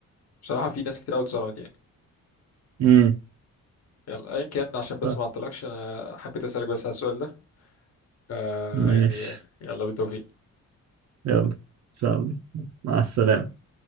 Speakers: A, on the left (about 50°); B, on the right (about 55°).
A: بصراحه في ناس كتير قوي اتظلمت يعني
B: امم
A: يلا ايا كان عشان بس
B: طب
A: ما اعطلكش انا حبيت اسالك بس على السؤال ده آه
B: ماشي
A: يعني يلا بالتوفيق
B: يلا ان شاء الله مع السلامة